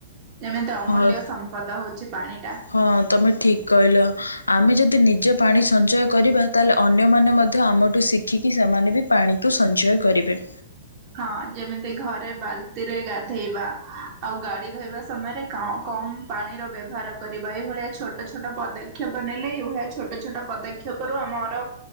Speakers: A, on the right; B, on the left.
A: ଯେମିତି ଅମୂଲ୍ୟ
B: ହଁ
A: ସମ୍ପଦ ହଉଛି ପାଣି ଟା।
B: ହଁ ତମେ ଠିକ୍ କହିଲ ଆମେ ଯଦି ନିଜେ ପାଣି ସଞ୍ଚୟ କରିବା ତାହେଲେ ଅନ୍ୟମାନେ ମଧ୍ୟ ଆମଠୁ ଶ। ଦେଖିକି ସେମାନେ ବି ପାଣିକୁ ସଞ୍ଚୟ କରିବେ।
A: ହଁ ଯେମିତି ଘରେ ବାଲ୍ତିରେ ଗାଧେଇବା। ଆଉ ଗାଡି ଧୋଇବା ସମୟରେ କମ ପାଣିର ବ୍ୟବହାର କରିବା ଏଇଭଳିଆ ଛୋଟ ଛୋଟ ପଦକ୍ଷ। ପଦକ୍ଷେପ ନେଲେ ଏଇଭଳିଆ ଛୋଟ ଛୋଟ ପଦକ୍ଷେପରୁ ଆମର।